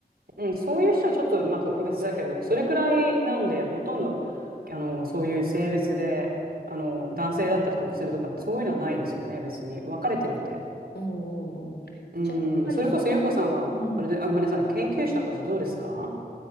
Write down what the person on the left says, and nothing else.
うんうんじゃあやっぱり
うん